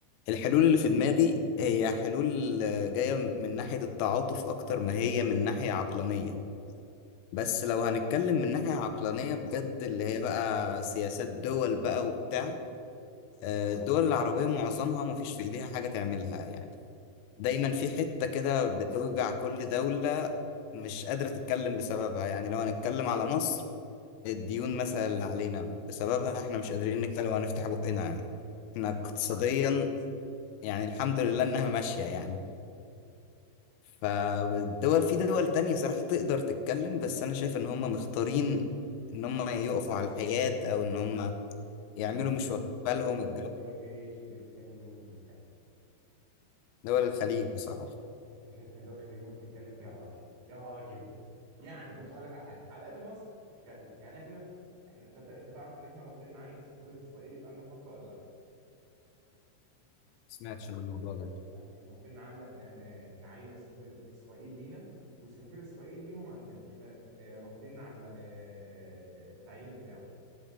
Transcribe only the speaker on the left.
الحلول اللي في دماغي هي حلول آه، جايه من ناحيه التعاطف اكتر ما هي من ناحيه عقلانيه بس لو هنتكلم من ناحيه عقلانيه بجد اللي هي بقى سياسات دول بقى وبتاع آه، الدول العربيه معظمها ما فيش في ايديها حاجه تعملها يعني دايما في حتة كده بتوجع كل دولة مش قادرة تتكلم بسببها يعني لو هنتكلم على مصر الديون مثلا اللي علينا بسببها احنا مش قادرين نتكلم وهنفتح بقنا يعني احنا اقتصاديا يعني الحمد لله انها ماشية يعني فالدول في دول تانية صراحة تقدر تتكلم بس انا شايف ان هم مختارين ان هم يقفوا على الحياد او ان هم
يعملوا
مش واخدين
بالهم
الجو
دول الخليج بصراحة ما
سمعتش عن الموضوع ده